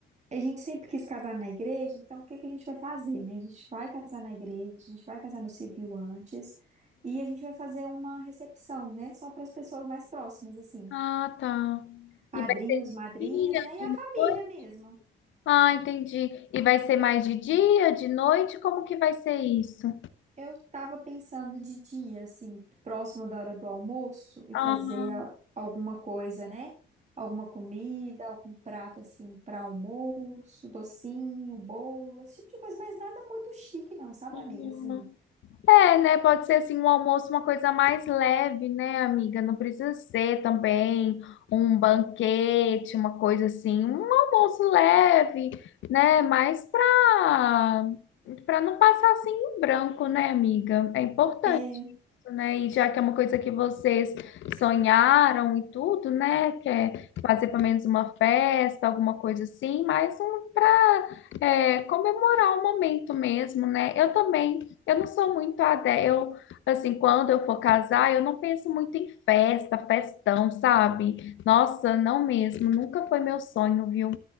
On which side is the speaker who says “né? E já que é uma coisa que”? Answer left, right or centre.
Left